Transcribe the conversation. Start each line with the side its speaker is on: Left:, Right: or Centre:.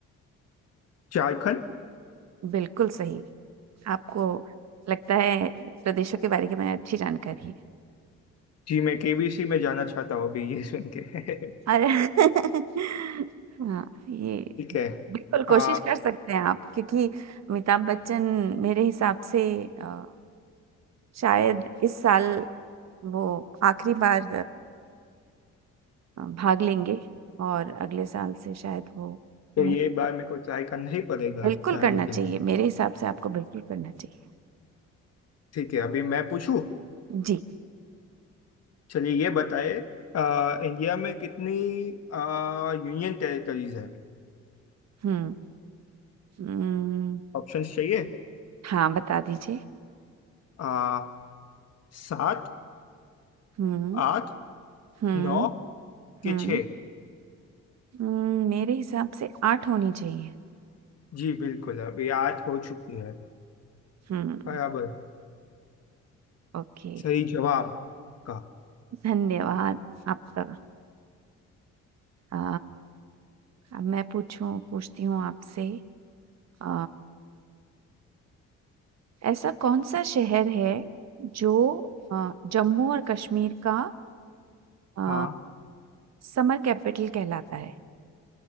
Left: झारखंड
Right: बिल्कुल सही, आपको लगता है प्रदेशों के बारे के में अच्छी जानकारी है।
Left: जी मैं केबीसी में जाना चाहता हूँ अभी ये सुन के <laughs>
Right: और <laughs> हाँ, ये
Left: ठीक है
Right: बिल्कुल कोशिश
Left: आ
Right: कर सकते हैं आप क्योंकि अमिताभ बच्चन मेरे हिसाब से अ, शायद इस साल वो आखिरी बार अ, भाग लेंगे और अगले साल से शायद वो
Left: तो
Right: नहीं
Left: ये बार
Right: करेंगे।
Left: मेरे को ट्राई करना ही पड़ेगा
Right: बिल्कुल
Left: जानने
Right: करना
Left: के
Right: चाहिए,
Left: लिए
Right: मेरे हिसाब से आपको बिल्कुल करना चाहिए।
Left: ठीक है अभी मैं पूछूं
Right: जी,
Left: चलिए ये बताइए अ, इंडिया में कितनी यूनियन टेरिटरीज है
Right: हुँ, उम,
Left: ऑप्शंस चाहिए
Right: हाँ, बता दीजिए।
Left: आ, सात
Right: हुँ,
Left: आठ
Right: हुँ,
Left: नौ के
Right: हुँ,
Left: छः
Right: उम, मेरे हिसाब से 8 होनी चाहिए।
Left: जी बिल्कुल अभी आठ हो चुकी है
Right: हुँ,
Left: बराबर
Right: ओके,
Left: सही जवाब का
Right: धन्यवाद आपका। अ, अब मैं पूछूँ पूछती हूँ आपसे अ, ऐसा कौन-सा शहर है जो अ, जम्मू और कश्मीर का अ
Left: हाँ
Right: समर कैपिटल कहलाता है